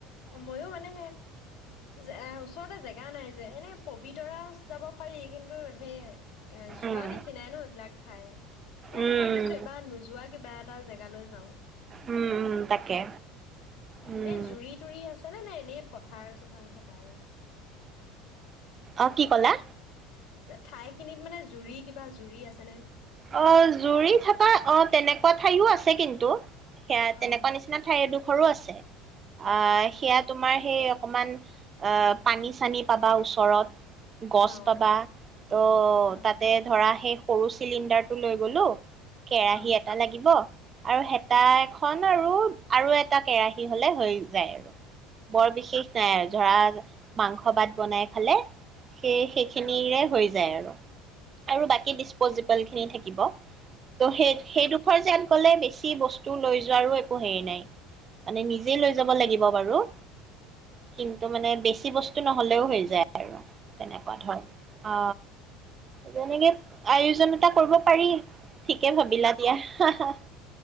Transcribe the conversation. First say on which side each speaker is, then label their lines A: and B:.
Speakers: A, on the left; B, on the right.
A: ময়ো মানে সেয়া ওচৰতে জেগা নাই যে, এনে পবিতৰা যাব পাৰি কিন্তু সেইয়ে, যোৱা
B: উম
A: নিচিনাই ন এইবিলাক ঠাই সেইকাৰণে
B: উম
A: ভাবিছোঁ এবাৰ নোযোৱা কিবা এ এটা জেগালৈ যাওঁ।
B: উম উম তাকে, উম।
A: এনেই জুৰি তুৰি আছে নে নাই এনেই পথাৰ-চথাৰ থকা আৰু
B: অ' কি কলা?
A: ঠাই খিনিত মানে জুৰি কিবা জুৰি আছেনে?
B: অ' জুৰি থকা অ তেনেকুৱা ঠাইও আছে কিন্তু, সেয়া
A: অ',
B: তেনেকুৱা নিচিনা ঠাই এডো সৰু আছে। আঃ
A: অ',
B: সেয়া তোমাৰ সেই অকমান আঃ পানী-চানী পাবা ওচৰত। গছ
A: অ',
B: পাবা ত'
A: অ',
B: তাতে ধৰা সেই পুৰুষ চিলিণ্ডাৰটো লৈ গ'লো কেৰাহী
A: অ',
B: এটা লাগিব, আৰু হেতাই খন আৰু, আৰু এটা কেৰাহী হ'লে হৈ যায় আৰু বৰ বিশেষ নাই আৰু ধৰা মাংস ভাত বনাই খালে সেই, সেইখিনিৰে হৈ যায়। জেৰ আৰু বাকী দি সিয়ে থাকিব। ত' সেই সেইডোখৰ যেন কলে বেছি বস্তু লৈ যোৱাৰো একো হেৰি নাই মানে নিজেই লৈ যাব লাগিব বাৰু। কিন্তু, মানে বেছি কি বস্তু নহ'লেও হৈ যায় আৰু। তেনেকুৱা ধৰ, অ। যেনেকে প্ৰয়োজনতা কৰিব পাৰি। ঠিকে ভাবিলা দিয়া, হা-হা,